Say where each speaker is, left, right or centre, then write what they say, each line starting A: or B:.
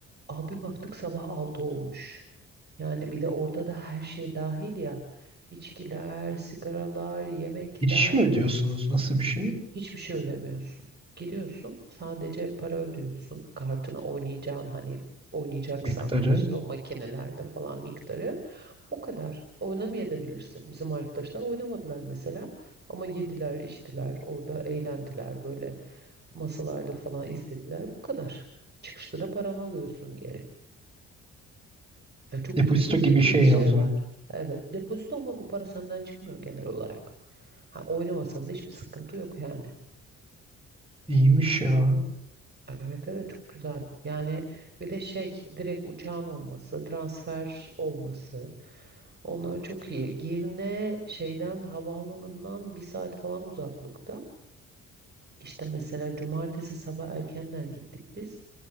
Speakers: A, on the right; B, on the right.
A: Abi baktık sabah 6 olmuş. Yani bir de orada da her şey dahil ya. İçkiler, sigaralar, yemekler.
B: Giriş mi ödüyorsunuz?
A: ha,
B: Nasıl bir şey?
A: Hiçbir şey ödemiyorsun. Giriyorsun, sadece para ödüyorsun. Kartına oynayacağın hani oynayacaksan
B: Miktarı.
A: işte o makinelerde falan miktarı. O kadar. Oynamayabilirsin. Bizim arkadaşlar oynamadılar mesela ama yediler, içtiler, orada eğlendiler böyle masalarda falan izlediler. Bu kadar. Çıkışta da paranı alıyorsun geri. Yani çok
B: Depozito
A: ilginç
B: gibi şey
A: bir şey
B: ya o zaman.
A: var. Evet, depozito ama bu para senden çıkmıyor genel olarak. Ha, oynamasan da hiçbir sıkıntı yok yani.
B: İyiymiş ya.
A: Evet evet çok güzel. Yani bir de şey direkt uçağın olması, transfer olması. Onlar çok iyi. Girne şeyden havaalanından bir saat falan uzaklıkta. İşte mesela cumartesi sabah erkenden gittik biz.